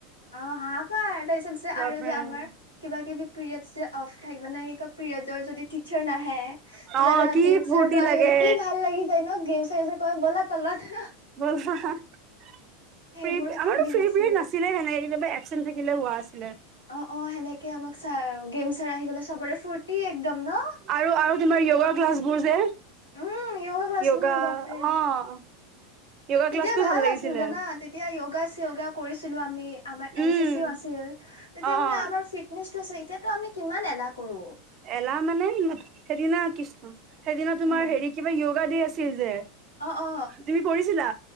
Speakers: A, on the left; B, on the right.
A: অহ, হাহাকাৰ তাৰপিছত যে
B: বাপৰে
A: আৰু যে আমাৰ কিবা -কিবি পিৰিয়ড যে অফ থাকে মানে কি ক পিৰিয়ডৰ যদি টিচাৰ নাহে তেতিয়াহ'লে
B: অ', কি
A: গেমছাৰটো
B: ফূৰ্তি
A: আহিলে
B: লাগে।
A: কি ভাল লাগি যায়। গেম চাৰে যে কয় ব'লা তলত
B: আহ <unintelligible> আমাৰো
A: সেইবোৰ কি দিন
B: ফ্ৰী
A: আছিল
B: পিৰেড নাছিলে হেণেকে কেতিয়াবা এচেণ্ট থাকিলে হোৱা আছিলে
A: অ অ সেনেকে আমাক চ গেমচাৰ আহি গলে চবৰে ফূুৰ্তি একদম ন
B: আৰু আৰু তোমাৰ য়োগা ক্লাছ বোৰ যে
A: উম যোগা ক্লাছ
B: য়োগা
A: বোৰো বাপৰে
B: অ', য়োগা
A: তেতিয়া
B: ক্লাছটো
A: ভাল
B: লাগিছিলে।
A: আছিল জানা তেতিয়া য়োগা ওয়াগা কৰিছিলোঁ আমি আমাৰ অঞ্চ্চো
B: উম,
A: ও আছিল তেতিয়া
B: অ',
A: মানে আমাৰ ফিত নেছ আছো এতিয়াতো আমি কিমান এলাহ কৰো
B: এলাহ মানে সেইদিনা কিছ সেইদিনা তোমাৰ
A: উম
B: হেৰি কিবা যয়োগা ডে আছিল আছিল যে
A: অ অ
B: তুমি কৰিছিলা